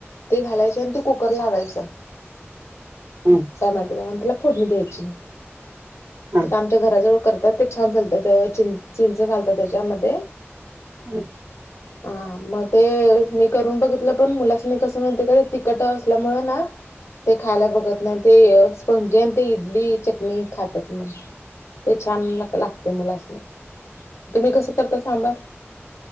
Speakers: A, on the left; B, on the right.
A: ते घालायचे आणि ते कुकर लावायच.
B: हम.
A: टोमॅटो त्याला फोडणी द्यायची इथं
B: हा
A: आमच्या घराजवळ कर ते छान झाल्त चिंच घालतात त्याच्यामध्ये
B: <inaudible>
A: हा मग ते मी करून बघितलं पण मुलासनी कस माहितीय का त कट असल्यामुळे ना ते खायला बघत नाही ते स्पॉन्जी आणि ते इडली चटणी खातात मग. ते छान लागतं मलासनी तुम्ही कसं करता सांबार?